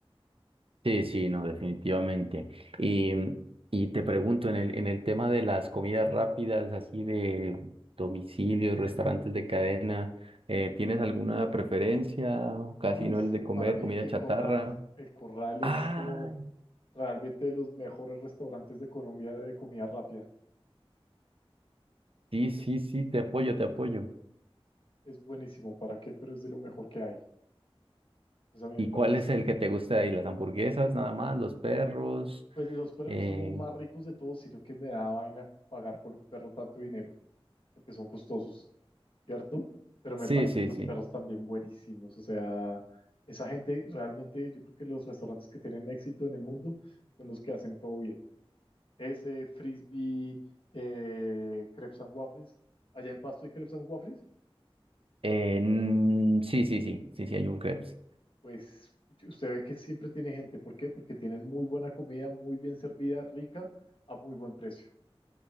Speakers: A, on the right; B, on the left.
A: Sí, sí, no, definitivamente. Y, mm, y te pregunto, en el, en el tema de las comidas rápidas, así de domicilios, restaurantes de cadena, eh, ¿tienes alguna preferencia? ¿O Casi
B: Uf,
A: no eres de comer
B: para mí
A: comida
B: el
A: chatarra.
B: corral, el corral
A: Ah,
B: es como Realmente de los mejores restaurantes de Colombia de comida rápida.
A: sí, sí,
B: Es,
A: sí, te apoyo, te apoyo.
B: es buenísimo, ¿para qué? Pero es de lo mejor que hay. Pues a mí me
A: ¿Y
B: parece,
A: cuál es el que te gusta de ahí? ¿Las hamburguesas nada más? ¿Los perros?
B: pues los perros
A: Eh,
B: son los más ricos de todos, sino que me da vaina pagar por un perro tanto dinero, porque son costosos, ¿cierto? Pero
A: sí,
B: me parecen
A: sí,
B: los
A: sí.
B: perros también buenísimos. O sea, esa gente realmente, yo creo que los restaurantes que tienen éxito en el mundo son los que hacen todo bien. Ese, Frisbee, eh, Crepes and Waffles. Allá en Pasto hay Crepes and Waffles.
A: Eh, mm, sí, sí, sí, sí, sí, hay un crepes.
B: Pues usted ve que siempre tiene gente. ¿Por qué? Porque tienen muy buena comida, muy bien servida, rica, a muy buen precio.